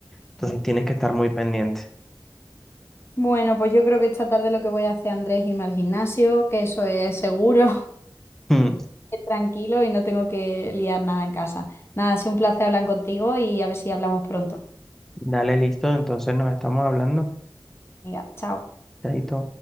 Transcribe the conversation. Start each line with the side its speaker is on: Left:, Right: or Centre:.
Centre: Entonces
Left: Ujú.
Centre: tienes que estar muy pendiente. <laughs>
Left: Bueno, pues yo creo que esta tarde lo que voy a hacer, Andrés, es irme al gimnasio, que eso es seguro,
Centre: Mm.
Left: <laughs> es tranquilo y no tengo que liar nada en casa. Nada, ha sido un placer hablar contigo y a ver si hablamos pronto.
Centre: Dale, listo, entonces nos estamos hablando.
Left: Venga, chao.
Centre: Chaito.